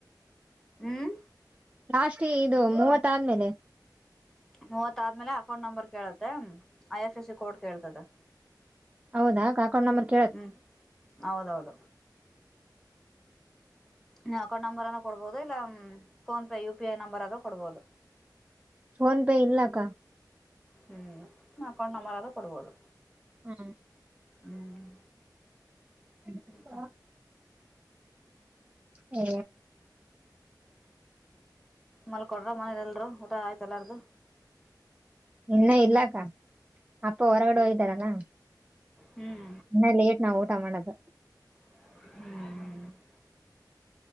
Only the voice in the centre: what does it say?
ಹ್ಮ್.
ಮೂವತ್ತ ಆದ್ಮೇಲೆ ಅಕೌಂಟ್ ನಂಬರ್ ಕೇಳತ್ತೆ I F C C code ಕೇಳ್ತದೆ.
ಹ್ಮ್ ಹೌದೌದು. ನೀ ಅಕೌಂಟ್ ನಂಬರ್ ಅನ್ನು ಕೊಡಬೋುದು ಇಲ್ಲ PhonePe U P I number ಅ ಕೊಡಬೋದು.
ಹ್ಮ್ ನ ಕೊಂಡ ಮರದು ಕೊಡ್ಬೋದು.
ಹ್ಮ ಹ್ಮ್.
ಮತ್ತ
ಮಲ್ಕಡ್ರ ಮನಲೆ ಎಲ್ರು ಊಟ ಆಯ್ತ ಎಲ್ಲಾರು.
ಹ್ಮ್.
ಹ್ಮ್ ಹ್ಮ್.